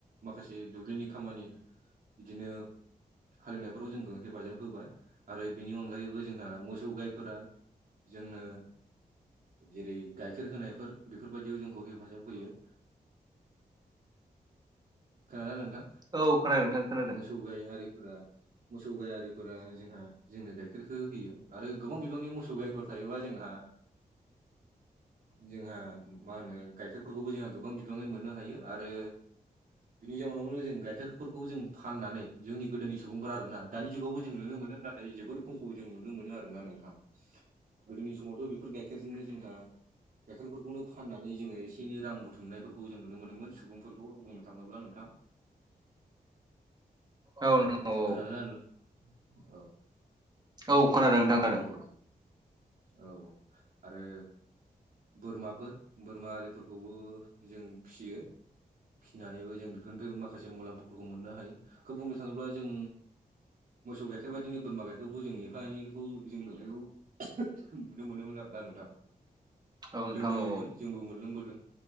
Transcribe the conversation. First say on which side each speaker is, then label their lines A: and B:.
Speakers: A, on the right (about 65°); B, on the right (about 25°).
A: माखासे दुब्लिनि खामानि बिदिनो हालेवनायफोराव जोंखो हेफाजाब होबाय। आरो बिनि अनगायैबो जोंहा मोसौ गायफोरा जोंनो जेरै गाइखेर होनायफोर बेफोरबायदियाव जोंखौ हेफाजाब होयो। खोनादो ना नोंथां।
B: औ खोनादों नोंथां खोनादों।
A: सौ गाय आरिफोरा मोसौ गायारिफोरा जोंहा जोंनो गाइखेरखो होयो। आरो गोबां बिबांनि मोसौ गाय फोर थायोबा जोंहा जोंहा मा होनो गाइखेरफोरखौबो जोंहा गोबां बिबाङै मोननो हायो। आरो बिनि जाउनावनो जों गाइखेरफोरखौ जों फाननानै जोंनि गोदोनि सुबुंफोरा आरोना दानि जुगावबो जों नुनो मोनो। नाथ थाय जोबोर खमखौ जों नुनो मोनो आरो ना नोंथां। गोदोनि समावथ' बेफोर गाय खेरजोंनो जोंहा गाइखेरफोरखौनो फाननानै जोङो एसे एनै रां बुथुमनायफोरखौ जों नुनो मोनोमोन सुबुंफोरखौ बुंनो थाङोब्ला नोंथां।
B: औ नोंथां औ
A: खोनादोना नो औ
B: औ खोनादों नोंथां खानादों।
A: औ औ आरो बोरमाफोर बोरमा आरिफोरखौबो जों फियो। फिनानैबो जों बिफोरनिफ्रायबो माखासे मुलाम्फाफोरखौ मोननो हायो। खोब बुंनो थाङोब्ला जों मोसौ गाइखेर बादिनो बोरमा गाइखेरखौबो जों एफा एनैखौ जों लुखौ नुनो मोनोमोन आरोना नोंथां।
B: औ नोंथां
A: लोंबोयोमोन
B: औ
A: जोंबो मोनलोंबोदों।